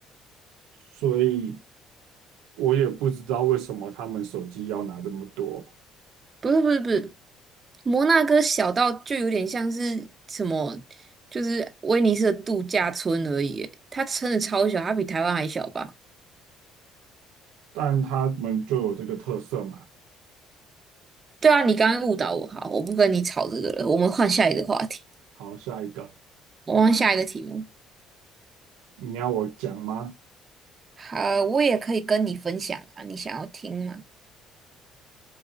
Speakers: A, on the right (about 90°); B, on the right (about 30°).
A: 所以我也不知道为什么他们手机要拿这么多，
B: 不是不是不是，摩纳哥小到就有点像是什么，就是威尼斯的度假村而已诶，它真的超小，它比台湾还小吧？
A: 但他们就有这个特色嘛。
B: 对啊，你刚刚误导我，好，我不跟你吵这个了，我们换下一个话题，
A: 好，下一个，
B: 我们换下一个题目。
A: 你要我讲吗？
B: 好，我也可以跟你分享啊，你想要听吗？